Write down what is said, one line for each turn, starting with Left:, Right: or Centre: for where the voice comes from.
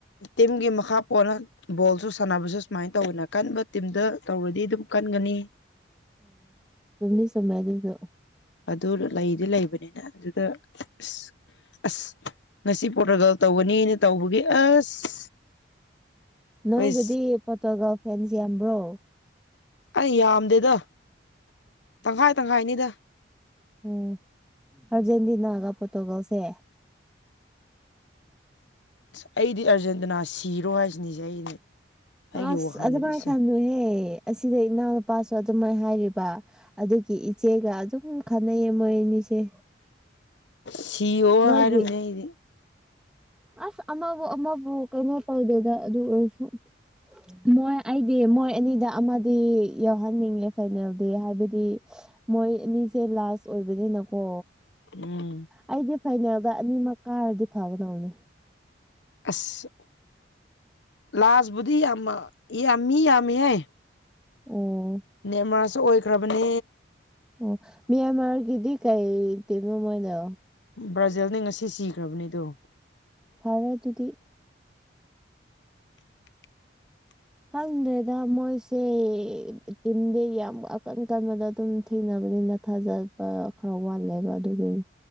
Left: ꯇꯤꯝꯒꯤ ꯃꯈꯥ ꯄꯣꯟꯅ ꯕꯣꯜꯁꯨ ꯁꯥꯟꯅꯕꯁꯨ ꯁꯨꯃꯥꯏꯅ ꯇꯧꯋꯦꯅ ꯀꯟꯕ ꯇꯤꯝꯗ ꯇꯧꯔꯗꯤ ꯑꯗꯨꯝ ꯀꯟꯒꯅꯤ
Centre: ꯁꯝꯅꯤ ꯁꯃꯥꯏꯗꯁꯨ
Left: ꯑꯗꯨ ꯂꯩꯗꯤ ꯂꯩꯕꯅꯤꯅ ꯑꯗꯨꯗ ꯑꯁ ꯑꯁ ꯉꯁꯤ ꯄꯣꯔꯇꯣꯒꯥꯜ ꯇꯧꯒꯅꯤꯅ ꯇꯧꯕꯒꯤ ꯑꯁ
Centre: ꯅꯣꯏꯗꯗꯤ
Left: ꯑꯩ
Centre: ꯄꯣꯇꯒꯜ ꯐꯦꯟꯁ ꯌꯥꯝꯕ꯭ꯔꯣ
Left: ꯑꯩ ꯌꯥꯝꯗꯦꯗ ꯇꯪꯈꯥꯏ ꯇꯪꯈꯥꯏꯅꯤꯗ
Centre: ꯎꯝ ꯑꯔꯖꯦꯟꯇꯤꯅꯥꯒ ꯄꯣꯔꯇꯨꯒꯜꯁꯦ
Left: ꯑꯁ ꯑꯩꯗꯤ ꯑꯥꯔꯖꯦꯟꯇꯤꯅꯥ ꯁꯤꯔꯣ ꯍꯥꯏꯁꯤꯅꯦ ꯑꯩꯗꯤ ꯑꯩꯒꯤ
Centre: ꯑꯁ
Left: ꯋꯥꯈꯜꯗꯗꯤ
Centre: ꯑꯗꯨ ꯃꯥꯅꯦ
Left: ꯁꯦ
Centre: ꯈꯥꯟ ꯍꯦ ꯍ ꯁꯤꯗ ꯏꯅ ꯄꯥꯁ ꯑꯗꯨꯝꯥꯏꯅ ꯍꯥꯏꯔꯤꯕ ꯑꯗꯨꯒꯤ ꯏꯆꯦꯒ ꯑꯗꯨꯝ ꯈꯟꯅꯩꯌꯦ ꯃꯣꯏ ꯑꯅꯤꯁꯦ
Left: ꯁꯤ ꯑꯣ
Centre: ꯃꯣꯏꯒꯤ
Left: ꯍꯥꯏꯔꯝꯅꯦ ꯑꯩꯗꯤ
Centre: ꯑꯁ ꯑꯃꯕꯨ ꯑꯃꯕꯨ ꯀꯩꯅꯣ ꯇꯧꯗꯦꯗ ꯑꯗꯨ ꯑꯣꯏꯔꯁꯨ ꯃꯣꯏ ꯑꯩꯗꯤ ꯃꯣꯏ ꯑꯅꯤꯗ ꯑꯃꯗꯤ ꯌꯥꯎꯍꯟꯅꯤꯡꯉꯦ ꯐꯥꯏꯅꯦꯜꯗꯤ ꯍꯥꯏꯕꯗꯤ ꯃꯣꯏ ꯃꯤꯁꯦ ꯂꯥꯁ ꯑꯣꯏꯕꯅꯤꯅꯀꯣ
Left: ꯎꯝ
Centre: ꯑꯩꯗꯤ ꯐꯥꯏꯅꯦꯜꯗ ꯑꯅꯤꯃꯛ ꯀꯥꯔꯗꯤ ꯐꯒꯅꯧꯅꯦ
Left: ꯑꯁ ꯂꯥꯁꯕꯨꯗꯤ ꯌꯥꯝ ꯌꯥꯝꯃꯤ ꯌꯥꯝꯃꯤꯍꯦ
Centre: ꯑꯣ
Left: ꯅꯦꯃꯥꯔꯁꯨ ꯑꯣꯏꯈ꯭ꯔꯕꯅꯦ
Centre: ꯑꯣ ꯃꯌꯥꯃꯥ ꯀꯗꯤ ꯀꯥꯏ ꯇꯃ ꯃꯗ
Left: ꯕ꯭ꯔꯥꯖꯤꯜꯅꯤ ꯉꯁꯤ ꯁꯤꯈ꯭ꯔꯕꯅꯤꯗꯣ
Centre: ꯐꯔꯦ ꯑꯗꯨꯗꯤ
Left: <inaudible>
Centre: ꯈꯪꯗ꯭ꯔꯦꯗ ꯃꯣꯏꯁꯦ ꯇꯤꯝꯗꯤ ꯌꯥꯝ ꯑꯀꯟ ꯀꯟꯕꯗ ꯑꯗꯨꯝ ꯊꯦꯡꯅꯕꯅꯤꯅ ꯊꯥꯖꯕ ꯈꯔ ꯋꯥꯠꯂꯦꯒ ꯑꯗꯨꯒꯤꯅꯤ